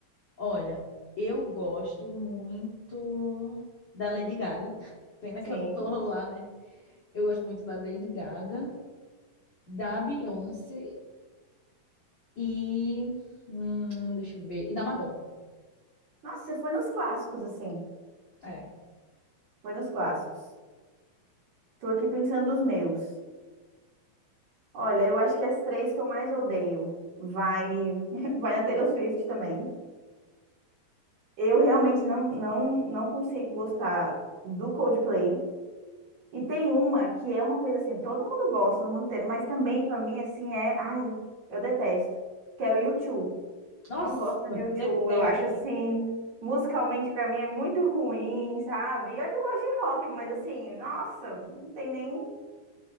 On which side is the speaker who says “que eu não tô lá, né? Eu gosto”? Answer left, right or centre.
Left